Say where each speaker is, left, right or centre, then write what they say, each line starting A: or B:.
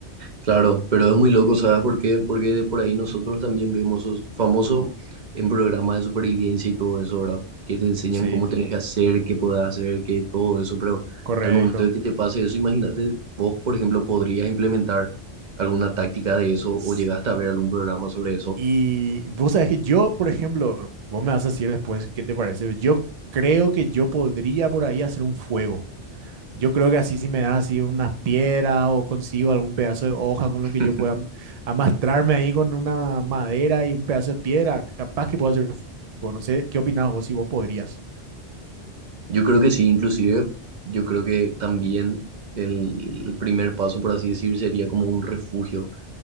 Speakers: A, on the right; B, on the right.
A: claro, pero es muy loco, ¿sabes por qué? Porque de por ahí nosotros también vemos os- famoso en programas de supervivencia y todo eso, ¿verdad? Que te enseñan
B: Sí,
A: cómo tenés que hacer, qué podés hacer, qué todo eso, pero
B: correcto.
A: al momento de que te pase eso, imagínate, vos, por ejemplo, podrías implementar alguna táctica de eso
B: S-
A: o llegaste a ver algún programa sobre eso.
B: Y vos sabés que yo, por ejemplo, vos me vas a decir después qué te parece. Yo creo que yo podría por ahí hacer un fuego. Yo creo que así si me das así unas piedras o consigo algún pedazo de hoja con
A: <laughs>
B: lo que yo pueda am- amastrarme ahí con una madera y un pedazo de piedra, capaz que puedo hacer fuego. No sé, ¿qué opinás vos si vos podrías?
A: Yo creo que sí, inclusive yo creo que también el primer paso, por así decir, sería como un refugio.